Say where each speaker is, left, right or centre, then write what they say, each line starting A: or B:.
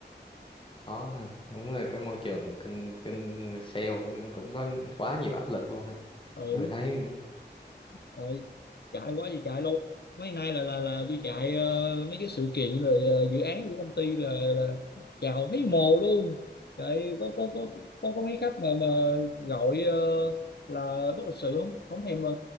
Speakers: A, on the left; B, on the left.
A: Có ha, đúng rồi cái môi trường kinh kinh sale cũng có quá nhiều áp lực luôn ha.
B: ừ
A: Tôi thấy
B: Rồi, chạy quá thì chạy luôn. Mấy nay là là là đi chạy ờ, mấy cái sự kiện rồi ờ, dự án của công ty là là chào thấy mồ luôn. Chạy có có có có có mấy khách mà mà gọi ờ, là bất lịch sự không, không thèm mà